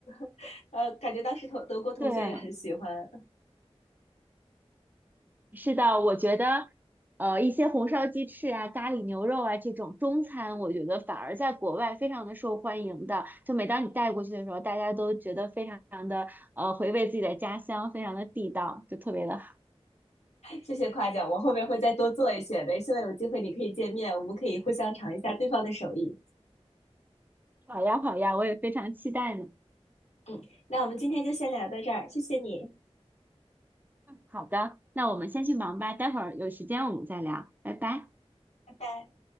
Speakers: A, on the left; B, on the right.
A: <laughs> 呃，感觉当时同德国同学也很喜欢。
B: 对。是的，我觉得，呃，一些红烧鸡翅啊、咖喱牛肉啊这种中餐，我觉得反而在国外非常的受欢迎的。就每当你带过去的时候，大家都觉得非常的呃回味自己的家乡，非常的地道，就特别的好。
A: 谢谢夸奖，我后面会再多做一些的。希望有机会你可以见面，我们可以互相尝一下对方的手艺。
B: 好呀，好呀，我也非常期待呢。
A: 嗯，那我们今天就先聊到这儿，谢谢你，
B: 好的，那我们先去忙吧，待会儿有时间我们再聊，拜拜。
A: 拜拜。